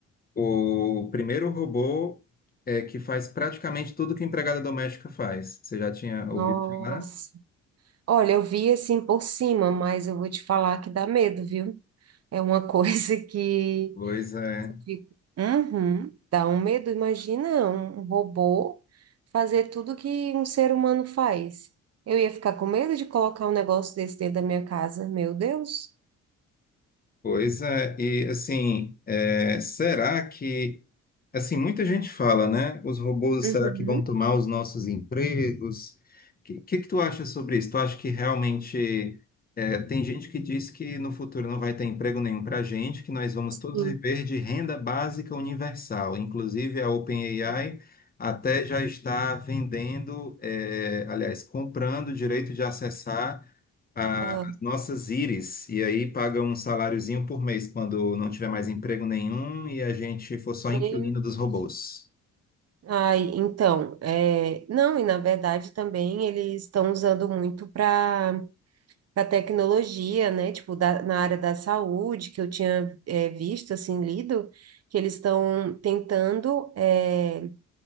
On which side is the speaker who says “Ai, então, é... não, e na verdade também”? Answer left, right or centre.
Right